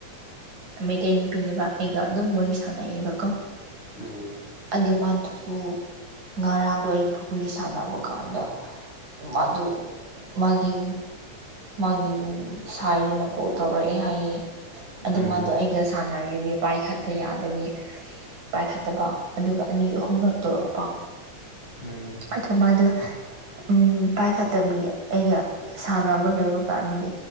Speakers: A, on the right; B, on the left.
A: ꯃꯩꯇꯩ ꯅꯨꯄꯤꯅꯦꯕ ꯑꯩꯒ ꯑꯗꯨꯝ ꯋꯥꯔꯤ ꯁꯥꯟꯅꯩꯑꯕꯀꯣ
B: ꯎꯝ
A: ꯑꯗꯨ ꯃꯥꯗꯨꯕꯨ ꯉꯔꯥꯡꯗꯣ ꯑꯩ ꯀꯕꯨꯏꯁꯦ ꯁꯥꯟꯅꯕ ꯀꯥꯟꯗ ꯑꯗꯨ ꯃꯥꯒꯤ ꯃꯥꯒꯤ ꯁꯥꯏꯗꯨꯅ ꯀꯣꯜ ꯇꯧꯔꯛꯑꯦ ꯍꯥꯏꯌꯦ ꯑꯗ
B: ꯎꯝ
A: ꯃꯥꯗꯣ ꯑꯩꯒ ꯁꯥꯟꯅꯔꯤꯕ ꯄꯥꯏ ꯈꯛꯇ ꯌꯥꯗꯕꯤ ꯄꯥꯏꯈꯠꯇꯕ ꯑꯗꯨꯒ ꯑꯅꯤ ꯑꯍꯨꯝꯔꯛ ꯇꯧꯔꯛꯄ
B: ꯎꯝ
A: ꯑꯗꯨ ꯃꯥꯗꯨ ꯎꯝ ꯄꯥꯏꯈꯠꯇꯕꯤꯌꯦ ꯑꯩꯒ ꯁꯥꯟꯅꯕ ꯂꯣꯏꯕ ꯀꯥꯟꯅꯤꯒꯤ